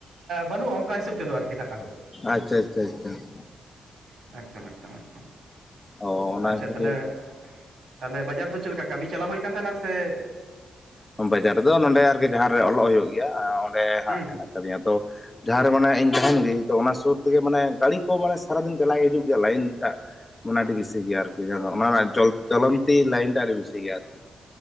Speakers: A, on the right (about 75°); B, on the left (about 30°).
A: ᱵᱟᱹᱱᱩᱜᱼᱟ ᱾ ᱚᱱᱠᱟ ᱦᱤᱥᱟᱹᱵ ᱛᱮᱫᱚ, ᱟᱨᱠᱤ ᱴᱟᱠᱟ ᱫᱚ ᱾
B: ᱟᱼᱪᱪᱷᱟ, ᱪᱪᱷᱟ ᱟᱪᱪᱷᱟ ᱾
A: ᱮᱠᱫᱚᱢ ᱮᱠᱫᱚᱢ ᱮᱠᱫᱚᱢ,
B: ᱚ ᱚᱱᱟ
A: ᱟᱪᱪᱷᱟ
B: ᱠᱷᱟᱹᱛᱤᱨ
A: ᱛᱟᱦᱞᱮ, ᱛᱟᱦᱞᱮ, ᱵᱟᱡᱟᱨ ᱫᱚ ᱪᱮᱫᱞᱮᱠᱟ? ᱠᱟᱹᱢᱤ ᱪᱟᱞᱟᱣ ᱦᱩᱭ ᱟᱠᱟᱱ, ᱛᱟᱦᱮᱱᱟ ᱥᱮ?
B: ᱵᱟᱡᱟᱨ ᱨᱮᱫᱚ, ᱱᱚᱸᱰᱮ ᱟᱨᱠᱤ ᱡᱟᱦᱟᱸᱨᱮ, ᱚᱞᱚᱜ ᱦᱩᱭᱩᱜ ᱜᱮᱭᱟ ᱾ ᱚᱸᱰᱮ ᱦᱟᱸᱜ,
A: ᱦᱩᱸ
B: ᱦᱮᱱᱟᱜ
A: ᱦᱩᱸ
B: ᱟᱠᱟᱫᱤᱧᱟ ᱛᱚ ᱾ ᱡᱟᱦᱟᱸᱨᱮ ᱢᱟᱱᱮ ᱤᱧ ᱛᱟᱦᱮᱱ ᱜᱤᱭᱟᱧ ᱛᱚ, ᱚᱱᱟ ᱥᱩᱨ ᱛᱮᱜᱮ, ᱢᱟᱱᱮ ᱜᱟᱹᱲᱤ ᱠᱚ, ᱢᱟᱱᱮ ᱥᱟᱨᱟ ᱫᱤᱱ ᱪᱟᱞᱟᱜ ᱦᱤᱡᱩᱜ ᱜᱮᱭᱟ, ᱞᱟᱭᱤᱱ ᱴᱟᱜ ᱾ ᱢᱟᱱᱮ, ᱟᱹᱰᱤ ᱵᱮᱥᱤ ᱜᱮᱭᱟ, ᱟᱨᱠᱤ ᱚᱱᱟ ᱨᱮᱱᱟᱜ, ᱪᱚᱞᱚᱱᱛᱤ ᱞᱟᱭᱤᱱ ᱴᱟ, ᱟᱹᱰᱤ ᱵᱮᱥᱤ ᱜᱮᱭᱟ, ᱟᱨᱠᱤ ᱾